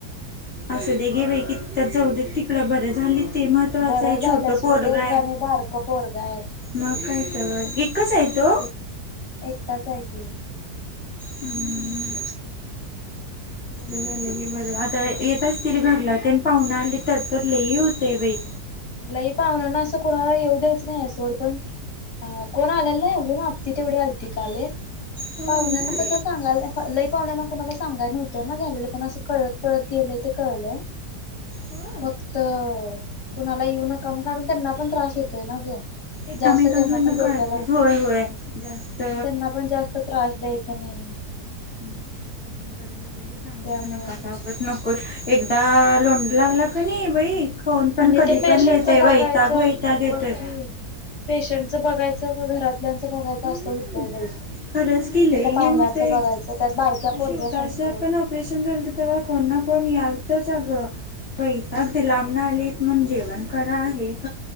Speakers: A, on the left; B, on the left.
A: असं दे घे बाै की तर जाऊ दे तिकडं बरं झाली ते महत्त्वाचं
B: बरं
A: आहे
B: झाल्याशिवाय
A: छोट पोरग
B: तेच
A: आहे
B: गाणे बारकं पोरगं आहे
A: मग काय तर एकच आहे तो
B: तेच एकटाच आहे की
A: हम्म बर झालं
B: काय
A: की बरं
B: नवस
A: आता
B: हे
A: येेतचतील
B: असतंय
A: घरला पाहुून आली तर तर लेही होते बाई
B: लही पाहणार ना असं कोणाला येऊ द्यायच नाही सोड पण अ कोण आलेला नाही अजून आत्ती तेवढी आली त काले
A: होय
B: पाहुण्यांना कसं सांगाय लई पाहण्यां कोणाला सांगाय नव्हत तर ना झालेलं पण असं कळत कळत गेलंय ते कळलंय
A: होय.
B: फक्त कुणाला येऊ नकाम काून त्यांना पण त्रास होतोय ना ग
A: एकामेकांकडनं
B: जास्त त्यांना पण डोक्याला
A: कळतंयच होय होय जास्त
B: त्यांना पण जास्त त्रास द्यायचा नाही
A: ह बरं झालं ग सांगूच
B: त्यामुळं
A: नका सगच नकोच एकदा लोंड लागला क नाही बाईक फोन पण
B: आणि
A: कधी
B: त्या पेशंटच
A: पण येतय
B: बघायचं
A: वेताग वहिताग
B: बघ
A: येतय
B: की पेशंटचं बघायचं का घरातल्यांचं बघायचं
A: हम्म
B: असं होतंय बाई
A: खरंच कीले
B: त्या पाहुण्यांचं
A: घेऊ ते
B: बघायचं त्यात बारक्या
A: आता
B: पोरग्या
A: शिवराच
B: संघ
A: पण ऑपरेशन झालं तेव्हा कोना कोण याल तर अगं वैताग दि लांबणा आलेत म्हण जेवण करा आहेत